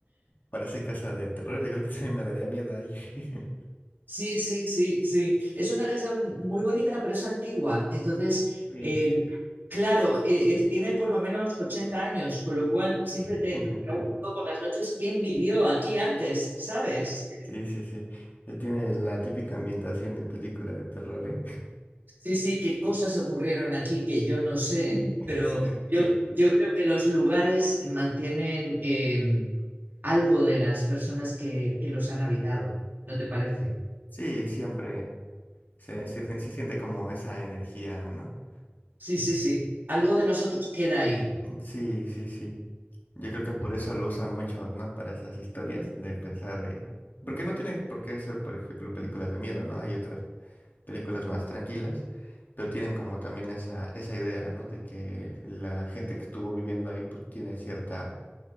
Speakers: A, on the left; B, on the right.
A: Parece casa de terror, yo creo que también me daría miedo ahí. <laughs>
B: Sí, sí, sí, sí. Es una casa muy bonita, pero es antigua, entonces
A: Y
B: em, Claro, eh, eh, tiene por lo menos 80 años, con lo cual siempre
A: <laughs>
B: te me pregunto por las noches quién vivió aquí antes, ¿sabes?
A: Sí, sí, sí. Ya tiene la típica ambientación de película de terror, ¿eh?
B: Sí, sí, qué cosas ocurrieron aquí que yo no sé,
A: <laughs>
B: pero
A: Sí, exactamente
B: yo, yo creo que los lugares mantienen eh, algo de las personas que, que los han habitado, ¿no te parece?
A: Sí, siempre se, se- se siente como esa energía, ¿no?
B: Sí, sí, sí, algo de nosotros queda ahí,
A: Mm, Sí, sí, sí. Yo creo que por eso lo usan mucho, ¿no? Para esas historias de pensar de... Porque no tienen por qué ser, por ejemplo, películas de miedo, ¿no? Hay otras películas más tranquilas, pero tienen como también esa, esa idea, ¿no? De que la gente que estuvo viviendo ahí, pues tiene cierta